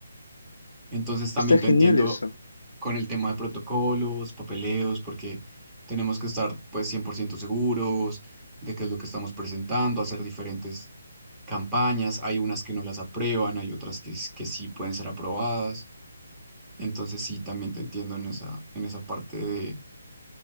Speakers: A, on the right; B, on the left.
A: Entonces también
B: está
A: te
B: genial
A: entiendo
B: eso.
A: con el tema de protocolos, papeleos, porque tenemos que estar pues 100% seguros de qué es lo que estamos presentando, hacer diferentes campañas. Hay unas que no las aprueban, hay otras que, s- que sí pueden ser aprobadas. Entonces sí, también te entiendo en esa, en esa parte de,